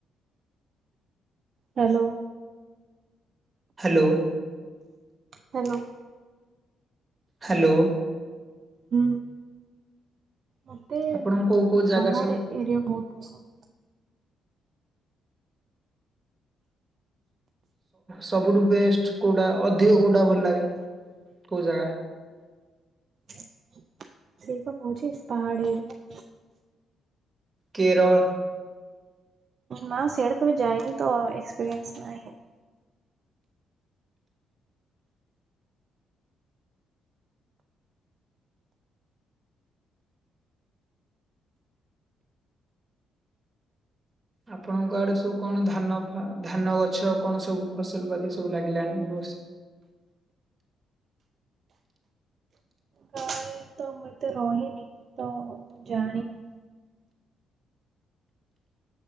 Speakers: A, on the right; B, on the right.
A: ହ୍ୟାଲୋ।
B: Hello
A: hello
B: hello.
A: ହୁଁ ମତେ
B: ଆପଣଙ୍କୁ କୋଉ କୋଉ ଜାଗା
A: ପାହାଡ
B: ସବୁ
A: ଏରିଆ ବହୁତ ପସନ୍ଦ।
B: ସବୁଠୁ ବେଷ୍ଟ କେଉଁଟା ଅଧିକ କେଉଁଟା ଭଲ ଲାଗେ କେଉଁ ଜାଗା?
A: ସେଇ ପା କହୁଛି ପାହାଡ ଏରିଆ।
B: କେରଳ।
A: ମା ସିଆଡା କେବେ ଯାଇନି ତ ଏକ୍ସପିରିଏନ୍ସ ନାହିଁ।
B: ଆପଣଙ୍କ ଆଡେ ସବୁ କଣ ଧାନ ଧାନ ଗଛ କଣ ସବୁ ଫସଲ ବାତି ସବୁ ଲାଗିଲାଣି ଏଇ ବର୍ଷ।
A: ଗାଁରେ ତ ମୁଁ ଏତେ ରହିନି ତ ମୁଁ ଜାଣିନି।